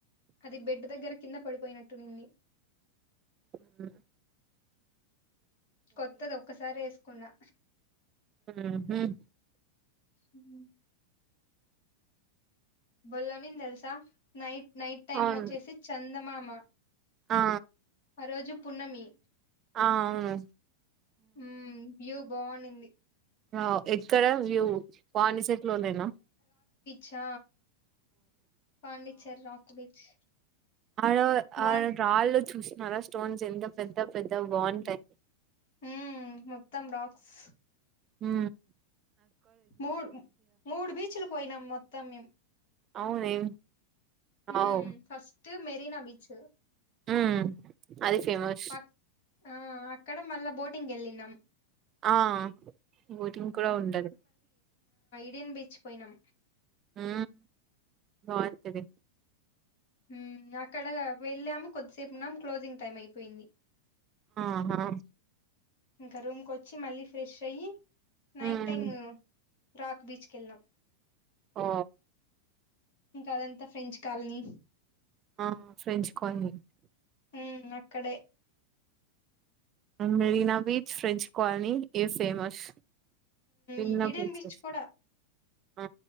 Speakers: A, on the left; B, on the right.
A: అది బెడ్ దగ్గర కింద పడిపోయినట్టుంది
B: హ్మ్మ్
A: కొత్తది ఒక్కసారి వేసుకున్నా
B: హ్మ్మ్
A: హు భలే ఉన్నింది తెలుసా నైట్ నైట్ టైమ్
B: అవును
A: వచ్చేసి చందమామ మా
B: ఆ
A: ఆ రోజు పున్నమి
B: ఆ అవును
A: ఊ వ్యూ బాగునింది
B: అ ఎక్కడ వ్యూ వానిసేట్ లోలేనా
A: ఛా పాండిచర్ రాక్ బీచ్
B: ఆయన
A: మార్
B: ఆయన కాళ్ళు చూసినారా స్టోన్స్ ఎంత పెద్ద పెద్ద బాగుంటాయి.
A: మ్మ్ మొత్తం రాక్స్
B: హు
A: మూడు మూడు బీచ్లు పోయినాం మొత్తం మేము
B: అవును ఏ
A: మ్మ్
B: అవు
A: ఫస్ట్ మెరీనా బీచ్
B: హు అది ఫేమస్
A: అక్ ఆ అక్కడ మళ్ళా బోటింగ్ వెళ్ళినాం.
B: ఆ బోటింగ్ కూడా ఉండదు
A: డీన్ బీచ్ పోయినాం
B: హు బాగుంటది
A: హు ఇక్కడ వెళ్ళాము కొద్దిగా సేపు వున్నాం క్లోజింగ్ టైమ్ అయిపోయింది.
B: ఆహా
A: ఇంకా రూమ్ కు వచ్చి మళ్ళీ ఫ్రెష్ అయ్యి night
B: um
A: time rock beach వెళ్ళినం
B: ఆ
A: ఇంకా అదంతా ఫ్రెంచ్ కాలనీ
B: ఆ ఫ్రెంచ్ కాలనీ
A: ఉ అక్కడే
B: మెరినా బీచ్ ఫ్రెంచ్ కాలనీ ఇవి ఫేమస్ విన్న
A: ఈ ఇడేన్
B: ప్లేసెస్
A: బీచ్ కూడా
B: ఆ